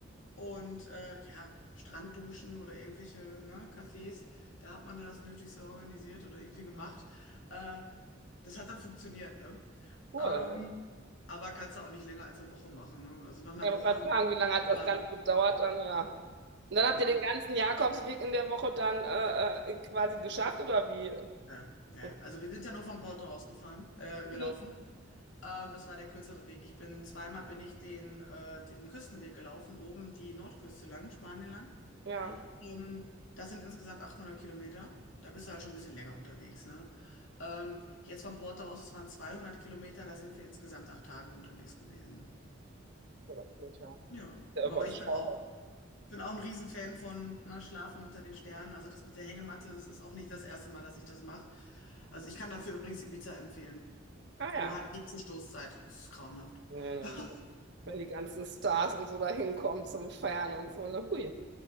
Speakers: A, on the left; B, on the right.
A: Und äh, ja, Strandduschen oder irgendwelche, ne, Cafés, da hat man dann das Nötigste organisiert oder irgendwie gemacht. Äh, das hat dann funktioniert, ne?
B: cool.
A: Ähm, aber kannst du auch nicht länger als eine Woche machen, ne? Also, nach einer
B: Ja, Ich
A: Woche
B: wollte gerade
A: haben
B: fragen,
A: wir uns
B: wie lange
A: auch
B: hat das
A: mal
B: Ganze
A: ne?
B: gedauert dann? Ja. Und dann habt
A: Ja,
B: ihr den
A: ja.
B: ganzen Jakobsweg in der Woche dann äh, äh, quasi geschafft, oder wie?
A: Ja, ja.
B: Und,
A: Also, wir sind ja nur von Porto ausgefahren äh, gelaufen.
B: Mhm.
A: Ähm, das war der kürzere Weg. Ich bin zweimal bin ich den, äh, den Küstenweg gelaufen, oben die Nordküste lang, Spanien lang.
B: Ja,
A: Ähm, das sind insgesamt 800 Kilometer Da bist du halt schon ein bisschen länger unterwegs, ne? Ähm, jetzt von Porto aus, es waren 200 Kilometer, da sind wir insgesamt 8 Tage unterwegs gewesen.
B: Ja, das geht ja.
A: Ja,
B: Sehr überschaubar.
A: aber ich bin auch Ich bin auch ein Riesenfan von ne, Schlafen unter den Sternen. Also das mit der Hängematte, das ist auch nicht das erste Mal, dass ich das mache. Also ich kann dafür übrigens Ibiza empfehlen.
B: Ah ja.
A: Nur halt nicht zur Stoßzeit. Das ist grauenhaft.
B: Nee, nee,
A: <laughs>
B: nee. Wenn die ganzen Stars und so da hinkommen zum Feiern und so, ne, hui.